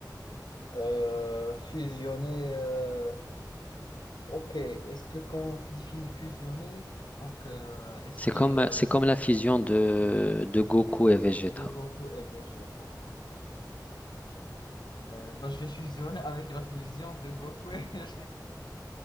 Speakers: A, on the left (about 75°); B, on the left (about 20°).
A: Euh, fusionner. euh, Ok, est-ce que quand tu dis fu- fusionner, donc euh, est-ce
B: C'est
A: que
B: comme, c'est comme la fusion de, de Goku et Vegeta.
A: de Goku et Vegeta euh, bah, je vais fusionner avec la fusion de Goku et <laughs> Vegeta.